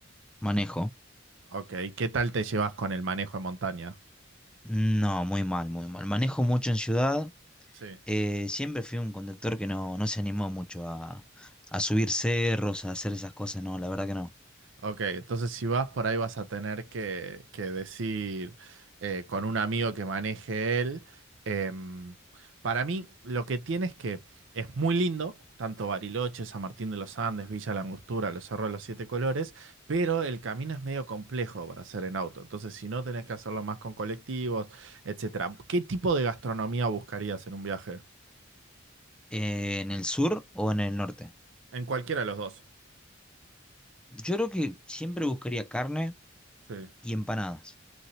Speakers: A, in the centre; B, on the right.
A: ¿Manejo?
B: Ok, ¿qué tal te llevas con el manejo en montaña?
A: No, muy mal, muy mal. Manejo mucho en ciudad.
B: Sí.
A: Eh, siempre fui un conductor que no, no se animó mucho a, a subir cerros, a hacer esas cosas, no, la verdad que no.
B: Ok, entonces si vas por ahí vas a tener que, que decir eh, con un amigo que maneje él. Em, para mí lo que tiene es que es muy lindo, tanto Bariloche, San Martín de los Andes, Villa La Angostura, los Cerros de los Siete Colores, pero el camino es medio complejo para hacer en auto. Entonces si no tenés que hacerlo más con colectivos, etcétera. ¿Qué tipo de gastronomía buscarías en un viaje?
A: Eh, ¿en el sur o en el norte?
B: En cualquiera de los dos.
A: Yo creo que siempre buscaría carne
B: Sí.
A: y empanadas.